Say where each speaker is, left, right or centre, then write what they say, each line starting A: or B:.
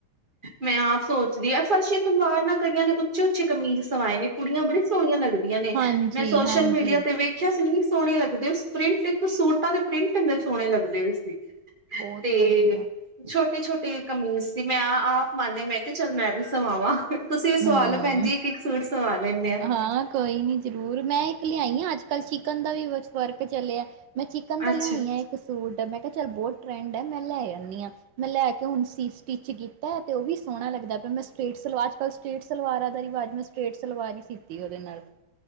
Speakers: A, on the right; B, on the right.
A: ਮੈਂ ਆਪ ਸੋਚਦੀ ਆ ਫਰਸ਼ੀ ਸਲਵਾਰ ਨਾਲ ਕਈਆਂ ਨੇ ਉੱਚੇ-ਉੱਚੇ ਕਮੀਜ਼ ਸਵਾਏ ਨੇ। ਕੁੜੀਆਂ ਬੜੀ ਸੋਨੀਆਂ ਲੱਗਦੀਆਂ ਨੇ,
B: ਹਾਂਜੀ
A: ਮੈਂ ਸੋਸ਼ਲ
B: ਹਾਂਜੀ
A: ਮੀਡੀਆ ਤੇ ਵੇਖ ਵੇਖੇਆ ਸੀ ਇੰਨੀ ਸੋਨੇ ਲੱਗਦੇ ਉਸ ਪ੍ਰਿੰਟ ਇੱਕ ਤਾਂ ਸੂਟਾਂ ਦੇ ਪ੍ਰਿੰਟ ਇੰਨੇ ਸੋਨੇ ਲੱਗਦੇ ਵੇ ਸੀ।
B: ਬਹੁਤ
A: ਤੇ
B: ਵਧੀਆ
A: ਛੋਟੇ-ਛੋਟੇ ਕਮੀਜ਼ ਸੀ। ਮੈਂ ਆਪ ਮੰਨ ਲੇਆ ਮੈਂ ਕਿਆ ਚੱਲ ਮੈਂ ਵੀ ਸਵਾਵਾਂ ਤੁਸੀਂ ਵੀ ਸਵਾਲੋ
B: ਹਮ
A: ਭੈਨਜੀ ਇੱਕ-ਇੱਕ ਸੂਟ ਸਵਾ ਲੈਨੇ ਆ।
B: ਹਾਂ ਕੋਈ ਨੀ ਜ਼ਰੂਰ ਮੈਂ ਇੱਕ ਲਿਆਈ ਆ ਅੱਜ-ਕੱਲ ਚਿਕਨ ਦਾ ਵੀ ਵਰਕ ਚੱਲੇਆ। ਮੈਂ ਚਿਕਨ ਦਾ
A: ਅੱਛਾ
B: ਲਿਆਈ ਆਂ ਇੱਕ ਸੂਟ ਮੈਂ ਕਿਆ ਚੱਲ ਬੋਤ ਟਰੈਂਡ ਐ ਮੈਂ ਲੈ ਆਨੀ ਆਂ। ਮੈਂ ਲੈ ਕੇ ਹੁਨ ਸੀ ਸਟਿਚ ਕੀਤਾ ਤੇ ਓ ਵੀ ਸੋਨਾ ਲੱਗਦਾ ਪੇਆ ਮੈਂ ਸਟਰੇਟ ਸਲਵਾਰ ਅੱਜ-ਕੱਲ੍ਹ ਸਟੇਟ ਸਲਵਾਰਾਂ ਦਾ ਰਿਵਾਜ਼ ਮੈਂ ਸਟਰੇਟ ਸਲਵਾਰ ਈ ਸੀਤੀ ਐ ਓਦੇ ਨਾਲ।